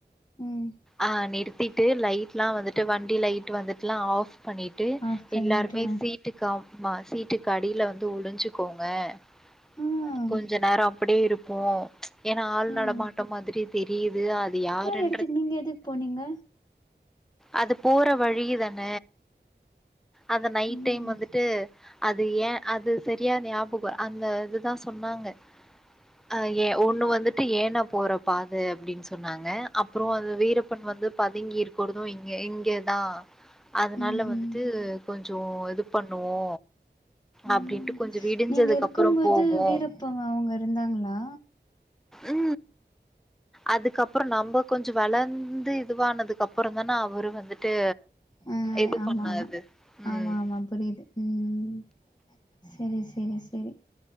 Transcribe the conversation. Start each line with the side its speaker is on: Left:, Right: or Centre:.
Left: ம்
Centre: ஆ நிறுத்திட்டு லைட்ல்லா வந்துட்டு வண்டி லைட் வந்துட்டுல்லா ஆஃப் பண்ணி ட்டு
Left: ஆஃப் பண்ணிட்டு
Centre: எல்லாருமே சீட்டுக்க சீட்டுக்கு அடில வந்து ஒழிஞ்சிக்கோங்க <inaudible>
Left: ம்
Centre: கொஞ்ச நேரோ அப்டியே இருப்போ ஏன்னா ஆள்
Left: ம்
Centre: நடமாட்டம் மாதிரி தெரியுது அது யாருன்னு
Left: எடதுக்கு நீங்க எதுக்கு போனீங்க
Centre: அது போற வழியிதான அந்த நைட்
Left: ம்
Centre: டைம் வந்துட்டு அது ஏ அது சரியா ஞாபகோ அந்த இதுதா சொன்னாங்க ஆ ஏ ஒண்ணு வந்துட்டு ஏன போற பாதை அப்டின்னு சொன்னாங்க அப்பறோ அது வீரப்பன் வந்து பதுங்கி இருக்கிறது இங்க இங்கதா அதுனால
Left: ம்ஹும்
Centre: வந்துட்டு கொஞ்சோ இது பண்ணுவோ
Left: ம்
Centre: அப்டின்ட்டு கொஞ்சோ விடிஞ்சதுக்கு
Left: நீங்க இருக்கும்போது
Centre: அப்பறோ போவோ
Left: வீரப்ப அவுங்க இருந்தாங்களா
Centre: ம் அதுக்கப்பறோ நம்ம கொஞ்சோ வளந்து இதுவானதுக்கு அப்பறந்தான அவரு வந்துட்டு
Left: ஆ
Centre: இது
Left: ஆமா
Centre: பண்ணாது
Left: ஆமா
Centre: ம்
Left: ஆமா ஆமா புரியுது ம் செரி செரி செரி